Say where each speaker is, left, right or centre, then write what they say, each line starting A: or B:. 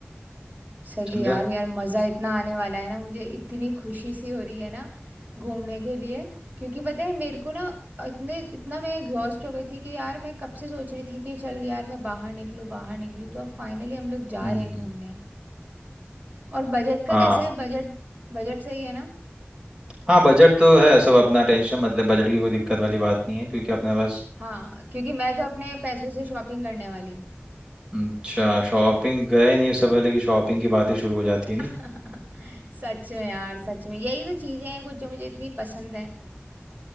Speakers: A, on the right; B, on the right.
A: सही
B: समझा
A: है यार यार मज़ा इतना आने वाला है ना मुझे इतनी खुशी सी हो रही है ना घूमने के लिए क्योंकि पता है मेरे को ना इतने इतना मैं एग्जॉस्ट हो गई थी कि यार मैं कब से सोच रही थी कि चल यार मैं बाहर निकलूँ बाहर निकलूँ तो अब फाइनली हम लोग जा
B: हम्म
A: रहे हैं घूमने और बजट का
B: हाँ
A: कैसा है बजट बजट सही है ना
B: हाँ बजट तो है सब अपना टेंशन मतलब बजट की कोई दिक्कत वाली बात नहीं है क्योंकि अपने पास
A: हाँ क्योंकि मैं तो अपने पैसों से शॉपिंग करने वाली हूँ
B: अच्छा शॉपिंग गए नहीं उससे पहले कि शॉपिंग की बातें शुरू हो जाती है नहीं
A: <laughs> सच में यार सच में यही तो चीज़ें हैं कुछ जो मुझे इतनी पसंद है